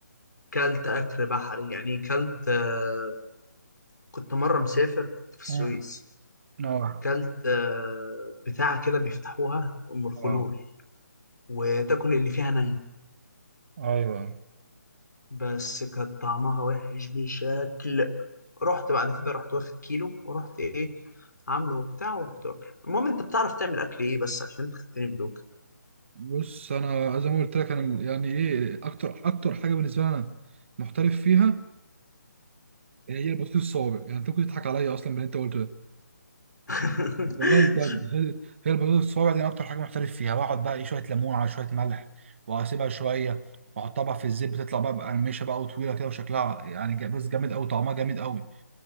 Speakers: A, on the left; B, on the right.
A: كلت اكل بحري يعني كلت آه، كنت مرة مسافر كنت في السويس
B: مم. اه
A: كلت آه، بتاعة كده بيفتحوها أم الخلول
B: اه
A: وتاكل اللي فيها ني
B: ايوه
A: بس كان طعمها وحش بشكل رحت بعد كده رحت واخد كيلو ورحت ايه عامله وبتاع ورحت واكله المهم انت بتعرف تعمل اكل ايه بس عشان انت خدتني بدوك
B: بص انا زي ما قلت لك انا يعني ايه اكتر اكتر حاجه بالنسبه لي انا محترف فيها هي البطاطس الصوابع يعني انت كنت تضحك عليا اصلا من اللي انت قلته ده
A: <laughs>
B: والله بجد هي هي البطاطس الصوابع دي انا اكتر حاجه محترف فيها بقعد بقى ايه شويه ليمون على شويه ملح واسيبها شويه واحطها بقى في الزيت بتطلع بقى مقرمشه بقى وطويله كده وشكلها يعني جا- بص جامد قوي طعمها جامد قوي